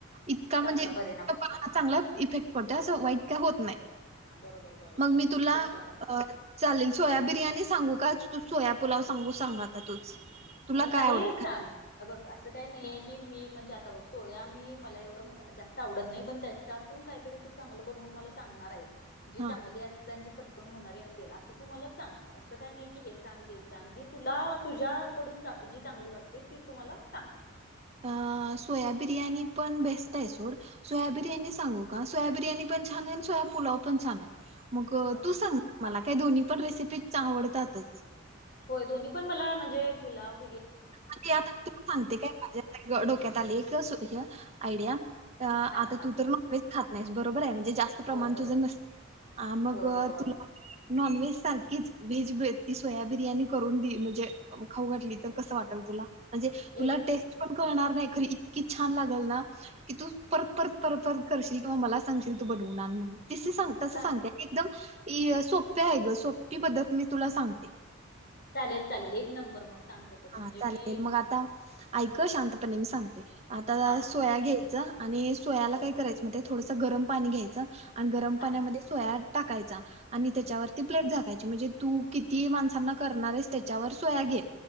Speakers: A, on the right (about 30°); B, on the left (about 45°).
A: इतका म्हणजे
B: चांगला परिणाम होतोय
A: हा चांगला इफेक्ट <unintelligible> होत नाही
B: बरोबर हा बरोबर बरोबर
A: मग मी तुला
B: पटलं मला
A: चालेल सोया बिर्याणी सांगू का? तु सोया पुलाव सांगू सांग आता तूच तुला
B: हो काहीही
A: काय आवडेल
B: सांग
A: का
B: हे बघ असं काही नाहीय आहे की मी म्हणजे आता बघ सोया मी मला एवढं जास्त आवडत नाही. पण त्याच्यातून काहीतरी तू चांगलं बनवून मला सांगणार आहेस. जी
A: हा
B: चांगली असल्याने पटकन होणारी असेल असं तू मला सांग असं काही नाही की हे सांग ते सांग जे तुला तुझ्या कडून जी चांगली वाटते ती तु मला सांग.
A: अ सोयाबिर्याणी पण बेस्ट आहे सोड सोयाबिर्याणी सांगू का? सोयाबिर्याणी पण छान आहे. आणि सोयापुलाव पण छान आहे. मग
B: अ,
A: तू सांग ना मला काही दोन्ही पण रेसिपी आवडतातच.
B: होय दोन्ही पण मला म्हणजे पुुलाव
A: मग ते आता <unintelligible> सांगते काय माझ डोक्यात आलंय एक आइडिया
B: हा
A: आता
B: सांग
A: तू
B: सांग
A: तर नॉनव्हेज खात नाहीस बरोबर आहे म्हणजे जास्त प्रमाण
B: होय बरोबर
A: तुझं नसत मग
B: होय बरोबर
A: तुला नॉनव्हेज सारखीच व्हेज ती सोया बिर्याणी करून दि म्हणजे खाऊ वाठली तर कसं वाटत तुला म्हणजे
B: हे-
A: तुला
B: हे-
A: टेस्ट पण करणार नाही खरी इतकी छान लागल ना की तू परत परत परत परत करशील किंवा मला सांगशील तू बनवणार म्हणून तस सांग तस
B: चा-
A: सांगते एकदम सोप्या आहे ग सोपी पद्धत मी तुला सांगते.
B: चालेल चालेल एक नंबर मग सांग तसच म्हणजे
A: हा चालेल
B: मी अ,
A: मग आता ऐक शांतपणे मी सांगतो. ते आता
B: हा सांग
A: सोया घ्यायचं आणि सोयाला
B: बर
A: काय करायचं म ते थोड गरम पाणी घ्यायच. आणि गरम पाण्यामध्ये
B: हा
A: सोया टाकायचा. आणि त्याच्यावरती प्लेट झागकायची म्हणजे तू किती मानसाना करणार आहेस त्याच्यावर सोया घे